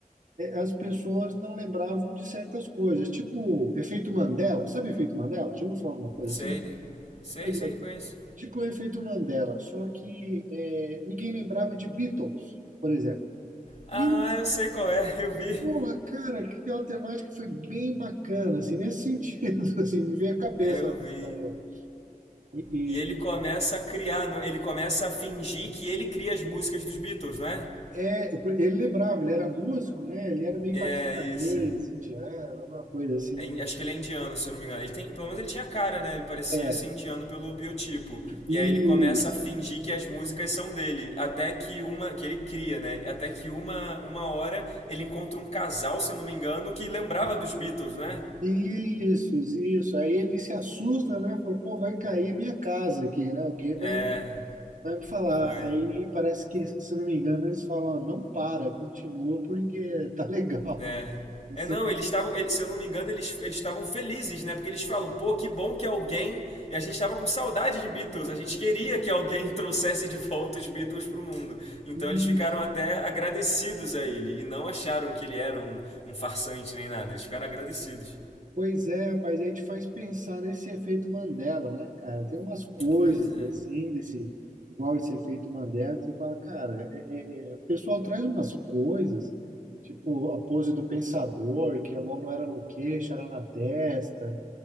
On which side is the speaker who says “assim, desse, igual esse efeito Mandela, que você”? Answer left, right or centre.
Right